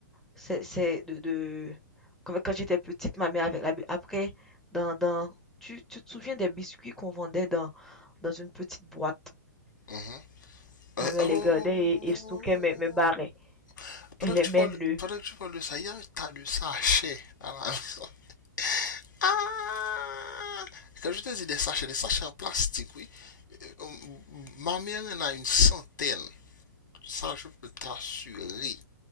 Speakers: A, in the centre; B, on the left.
A: C'est c'est de, de... Quand, quand j'étais petite, ma mère avec la... bi- Après, dans, dans... Tu, tu te souviens des biscuits qu'on vendait dans, dans une petite boîte?
B: mhm. Euh,
A: Ma mère
B: oh, oh,
A: les gardait
B: oh,
A: et, et stockait mes, mes barrets.
B: oh. oh, oh, oh, oh, oh, oh. pendant
A: Elle
B: que
A: aimait
B: tu parles,
A: nœuds.
B: pendant que tu parles de ça, il y a un tas de sachets à la maison. <laughs> Ah! Quand je te dis des sachets, des sachets en plastique, oui. Euh, Ma mère en a une centaine. Ça, je peux t'assurer.